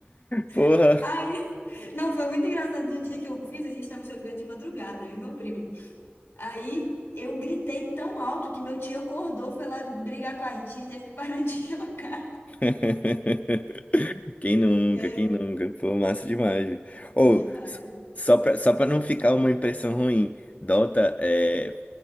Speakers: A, on the left (about 35°); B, on the left (about 85°).
A: Porra.
B: <laughs> Ai, não, foi muito engraçado no dia que eu fiz, a gente tava jogando de madrugada, eu e meu primo. Aí eu gritei tão alto que meu tio acordou, foi lá brigar com a gente, a gente teve que parar de <laughs> jogar.
A: <laughs> Quem nunca,
B: É,
A: quem nunca? Pô, massa demais. Ou,
B: demais.
A: s- só pra, só pra não ficar uma impressão ruim, Dota é.